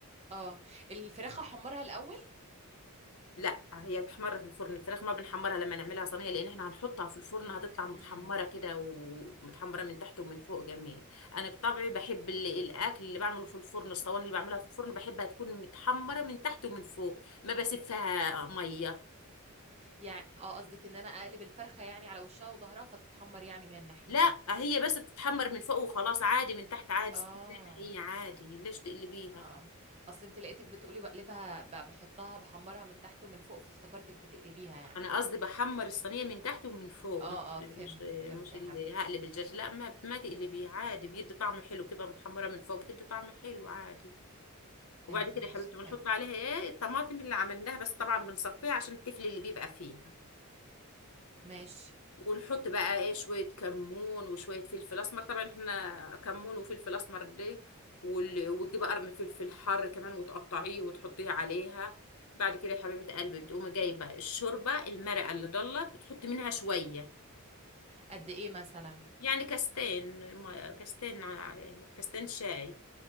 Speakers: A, on the right; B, on the left.
A: اه الفراخ أحمرها الأول
B: لا هي بتحمر في الفرن الفراخ ما بنحمرها لما نعملها صينيه لان احنا هنحطها في الفرن
A: مم.
B: هتطلع متحمره كده ومتحمره من تحت ومن فوق جميل انا بطبعي بحب ال- الاكل اللي بعمله في الفرن الصواني اللي بعملها في الفرن بحبها تكون متحمره من تحت ومن فوق ما بسفها ميه
A: يعني اه قصدك ان انا اقلب الفرخه يعني على وشها وظهرها فتتحمر يعني من الناحيتين
B: لا هي بس بتتحمر من فوق وخلاص عادي من تحت عادي
A: اه
B: زي ما هي عادي ليش تقلبيها
A: اه اصل انت لقيتك بتقولي بقلبها ب- بحطها بحمرها من تحت ومن فوق فافتكرتك بتقلبيها يعني
B: انا قصدي بحمر الصينيه من تحت ومن فوق
A: اه
B: مش
A: اه
B: مش
A: فهمت فهمت
B: مش
A: يا
B: اللي
A: حبيبتي
B: هقلب الدجاج لا ما ما تقلبيه عادي بيدي طعم حلو بتبقى متحمره من فوق بتدي طعم حلو عادي وبعد
A: ايوه
B: كده
A: ماشي
B: يا حبيبتي بنحط
A: فهمتك
B: عليها ايه الطماطم اللي عملناها بس طبعا بنصفيها عشان التفل اللي بيبقى فيها
A: ماشي
B: ونحط بقى ايه شويه كمون وشويه فلفل اسمر طبعا احنا كمون وفلفل اسمر ده وال- وتجيبي قرن فلفل حار كمان وتقطعيه وتحطيه عليها بعد كده يا حبيبه قلبي بتقومي جايبه الشوربه المرقه اللي ضلت بتحطي منها شويه
A: قد ايه مثلا
B: يعني كاستين ما- كاستين ع- كاستين شاي